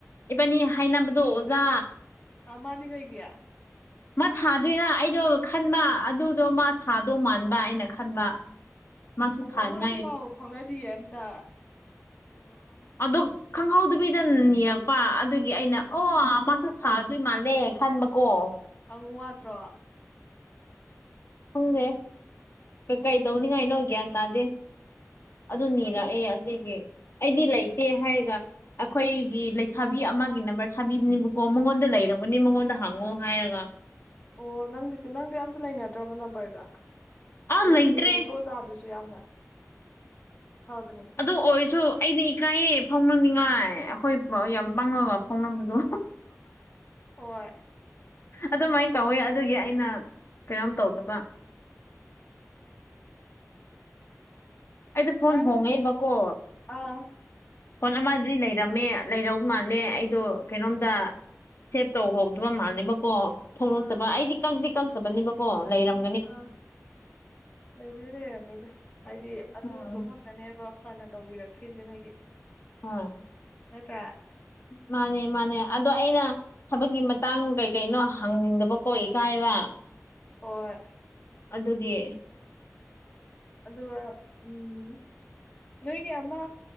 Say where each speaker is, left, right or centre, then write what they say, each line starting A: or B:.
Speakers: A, on the left (about 50°); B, on the left (about 30°).
A: ꯏꯕꯥꯅꯤ ꯍꯥꯏꯅꯕꯗꯣ ꯑꯣꯖꯥ
B: ꯑꯃꯗꯤ ꯀꯩꯒꯤ
A: ꯃꯥ ꯊꯥꯗꯣꯏꯔꯥ ꯑꯩꯗꯣ ꯈꯟꯕ ꯑꯗꯨꯗꯣ ꯃꯥ ꯊꯥꯗꯧ ꯃꯥꯟꯕ ꯑꯩꯅ ꯈꯟꯕ ꯃꯥꯁꯨ
B: ꯑꯣ
A: ꯊꯥꯅꯤꯡꯉꯥꯏ
B: ꯃꯥꯗꯤ ꯄꯥꯎ ꯐꯥꯎꯅꯗꯤꯌꯦ ꯑꯝꯇ
A: ꯑꯗꯨ ꯈꯪꯍꯧꯗꯕꯤꯗ ꯅꯤꯔꯛꯄ ꯑꯗꯨꯒꯤ ꯑꯩꯅ ꯑꯣ ꯃꯥꯁꯨ ꯊꯥꯗꯣꯏ ꯃꯥꯜꯂꯦ ꯈꯟꯕꯀꯣ
B: ꯍꯪꯉꯨ ꯋꯥꯠꯇ꯭ꯔꯣ
A: ꯈꯪꯗꯦ ꯀꯩ ꯇꯧꯅꯤꯉꯥꯏ
B: ꯈꯪ
A: ꯅꯣ ꯒ꯭ꯌꯥꯟ ꯇꯥꯗꯦ ꯑꯗꯨ ꯅꯤꯔꯛꯑꯦ
B: ꯈꯪ
A: ꯑꯗꯨꯗꯒꯤ ꯑꯩꯗꯤ ꯂꯩꯇꯦ ꯍꯥꯏꯔꯒ ꯑꯩꯈꯣꯏꯒꯤ ꯂꯩꯁꯥꯕꯤ ꯑꯃꯒꯤ ꯅꯝꯕꯔ ꯊꯥꯕꯤꯕꯅꯦꯕꯀꯣ ꯃꯉꯣꯟꯗ ꯂꯩꯔꯝꯒꯅꯤ ꯃꯉꯣꯟꯗ ꯍꯪꯉꯣ ꯍꯥꯏꯔꯒ
B: ꯑꯣ ꯅꯪꯗꯤ ꯅꯪꯗꯤ ꯑꯝꯇ ꯂꯩꯅꯗ꯭ꯔꯕꯣ ꯅꯝꯕꯔꯒ
A: ꯑꯥ
B: ꯅꯨꯡꯁꯤꯕꯅꯦ
A: ꯂꯩꯇ꯭ꯔꯦ
B: ꯑꯗꯨ ꯑꯣꯖꯥꯗꯨꯁꯨ ꯌꯥꯝꯅ ꯐꯕꯅꯦ
A: ꯑꯗꯨ ꯑꯣꯏꯔꯁꯨ ꯑꯩꯗꯤ ꯏꯀꯥꯏꯌꯦ ꯐꯥꯎꯅꯅꯤꯡꯉꯥꯏ ꯑꯩꯈꯣꯏ ꯌꯥꯝ ꯄꯥꯡꯉꯒ ꯐꯥꯎꯅꯕꯗꯣ
B: ꯍꯣꯏ
A: ꯑꯗꯨꯃꯥꯏꯅ ꯇꯧꯋꯦ ꯑꯗꯨꯒꯤ ꯑꯩꯅ ꯀꯩꯅꯣꯝ ꯇꯧꯗꯕ ꯑꯩꯗꯣ ꯐꯣꯟ
B: ꯅꯪ
A: ꯍꯣꯡꯉꯦꯕꯀꯣ
B: ꯑꯥ
A: ꯐꯣꯟ ꯑꯃꯗꯨꯗꯤ ꯂꯩꯔꯝꯃꯦ ꯂꯩꯔꯃꯥꯜꯂꯦ ꯑꯩꯗꯣ ꯀꯩꯅꯣꯝꯗ ꯁꯦꯞ ꯇꯧꯍꯧꯗꯕ ꯃꯥꯜꯂꯦꯕꯀꯣ ꯊꯣꯛꯂꯛꯇꯕ
B: ꯑꯥ
A: ꯑꯩꯗꯤ ꯀꯛꯇꯤ ꯀꯛꯇꯕꯅꯦꯕꯀꯣ ꯂꯩꯔꯝ
B: ꯑꯥ ꯂꯩꯕꯨꯗꯤ ꯂꯩꯔꯝꯅꯤꯗ ꯍꯥꯏꯗꯤ ꯑꯗꯨꯗꯣ
A: ꯎꯝ
B: ꯈꯛꯇꯅꯦꯕ ꯐꯅ ꯇꯧꯕꯤꯔꯛꯈ꯭ꯔꯤꯁꯦ ꯅꯣꯏꯒꯤ
A: ꯍꯣꯏ
B: ꯅꯠꯇ꯭ꯔ
A: ꯃꯥꯅꯦ ꯃꯥꯅꯦ ꯑꯗꯣ ꯑꯩꯅ ꯊꯕꯛꯀꯤ ꯃꯇꯥꯡ ꯀꯩ ꯀꯩꯅꯣ ꯍꯪꯅꯤꯡꯗꯕꯀꯣ ꯏꯀꯥꯏꯕ
B: ꯍꯣꯏ
A: ꯑꯗꯨꯒꯤ
B: ꯑꯗꯨ ꯎꯝ ꯅꯣꯏꯒꯤ ꯑꯃ